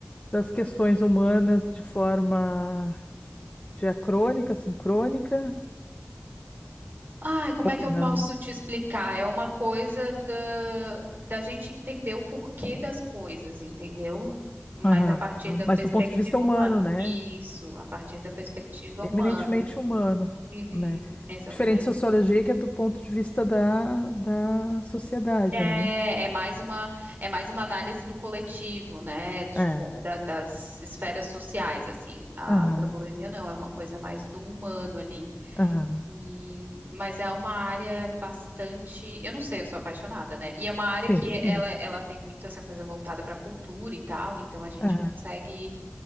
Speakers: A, on the left (about 35°); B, on the right (about 50°).
A: das questões humanas de forma diacrônica, sincrônica,
B: Ai, como
A: ou
B: é que eu
A: não.
B: posso te explicar? É uma coisa da, da gente entender o porquê das coisas, entendeu? Mas
A: Aham.
B: a partir da perspectiva
A: Mas do ponto de vista humano,
B: humana.
A: né?
B: Isso, a partir da perspectiva
A: Eminentemente
B: humana.
A: humano,
B: Uhum,
A: né?
B: exatamente.
A: Diferente de sociologia, que é do ponto de vista da, da sociedade,
B: É,
A: né?
B: é mais uma, é mais uma análise do coletivo, né? De,
A: É.
B: como- da- das esferas sociais, assim. A
A: Aham.
B: antropologia não, é uma coisa mais do humano ali.
A: Aham.
B: E, mas é uma área bastante, eu não sei, eu sou apaixonada, né? E é uma área
A: Sim.
B: que ela,
A: <laughs>
B: ela tem muito essa coisa voltada para cultura e tal, então a gente
A: Aham.
B: consegue,